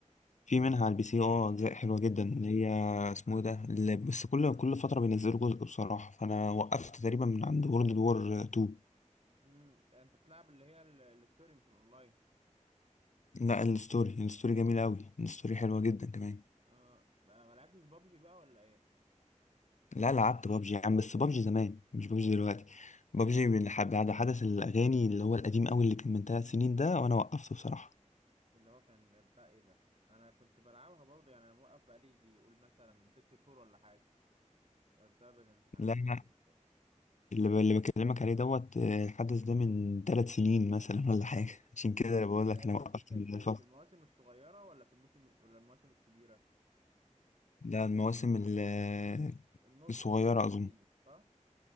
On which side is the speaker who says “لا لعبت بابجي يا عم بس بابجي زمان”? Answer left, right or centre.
Left